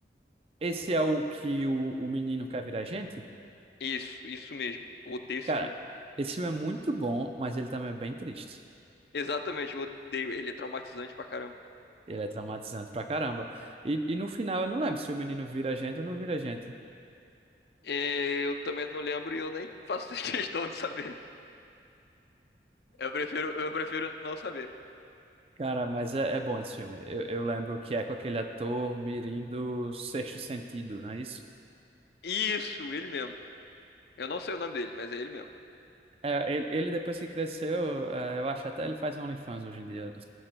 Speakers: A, on the right; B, on the left.
A: Esse é o que o, o menino quer virar gente?
B: Isso, isso mesmo. Eu odeio esse
A: Cara,
B: filme.
A: esse filme é muito bom, mas ele também é bem triste.
B: Exatamente, eu odeio. Ele é traumatizante pra caramba.
A: Ele é traumatizante pra caramba. E, e no final, eu não lembro se o menino vira gente ou não vira gente.
B: É, eu também não lembro e eu nem faço <laughs> questão de saber. Eu prefiro, eu prefiro não saber.
A: Cara, mas é, é bom esse filme. Eu, eu lembro que é com aquele ator mirim do Sexto Sentido, não é isso?
B: Isso, ele mesmo. Eu não sei o nome dele, mas é ele mesmo.
A: É, ele, ele, depois que cresceu, é, eu acho até ele faz OnlyFans hoje em dia.